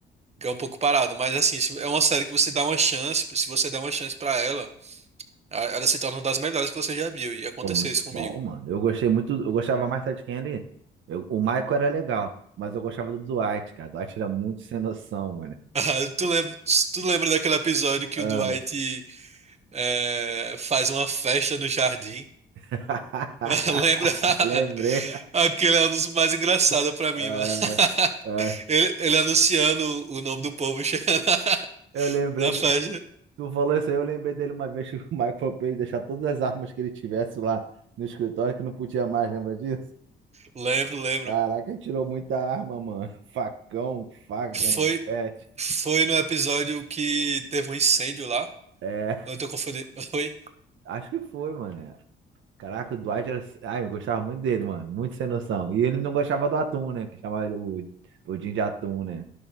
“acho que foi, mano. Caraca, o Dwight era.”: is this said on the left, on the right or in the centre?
Right